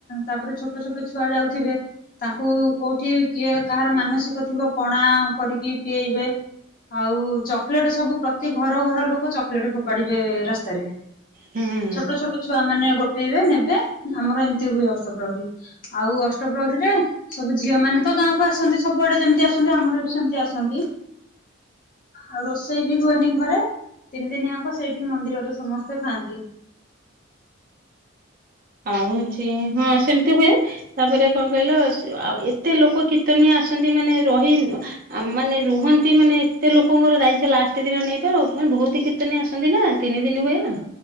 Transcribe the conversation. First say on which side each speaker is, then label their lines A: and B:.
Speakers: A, on the left (about 45°); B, on the right (about 45°).
A: ତାପରେ ଛୋଟ ଛୋଟ ଛୁଆ ଯାଉଥିବେ। ତାଙ୍କୁ କୋଉଠି କିଏ କାହାର ମାନସିକ ଥିବ ପଣା କରିକି ପିଏଇବେ। ଆଉ ଚକଲେଟ ସବୁ ପ୍ରତି ଘର ଘର ଲୋକ ଚକଲେଟ ଫୋପାଡିବେ ରାସ୍ତାରେ।
B: ହୁଁ
A: ଛୋଟୋ ଛୋଟୋ ଛୁଆ ମାନେ ଗୋଟେଇବେ ନେବେ, ଆମର ଏମିତି ହୁଏ ଅଷ୍ଟପ୍ରହରୀ। ଆଉ ଅଷ୍ଟପ୍ରହରୀରେ ସବୁ ଝିଅମାନେ ତ ଗାଁକୁ ଆସନ୍ତି ସବୁଆଡେ ଯେମିତି ଆସନ୍ତି ଆମର ବି ସେମିତି ଆସନ୍ତି। ଆଉ ରୋଷେଇ ବି ହୁଏନି ଘରେ ତିନି ଦିନି ଆଙ୍କ ସେଇଠି ମନ୍ଦିରରେ ସମସ୍ତେ ଖାଆନ୍ତି।
B: ଆଉ ଏଠି ହଁ ସେମିତି ହୁଏ। ତାପରେ କଣ କହିଲ ସେ-ଆଉ ଏତେ ଲୋକ କୀର୍ତ୍ତନୀୟ ଆସନ୍ତି ମାନେ ରହି ଉଁ ଆ-ମାନେ ରୁହନ୍ତି ମାନେ ଏତେ ଲୋକଙ୍କର ଦାୟିତ୍ଵ ଲାଷ୍ଟେ ଦିନ ନେଇପାର ମାନେ ବହୁତ କୀର୍ତ୍ତନୀଆ ଆସନ୍ତି ନା। ତିନି ଦିନି ହୁଏ ନା।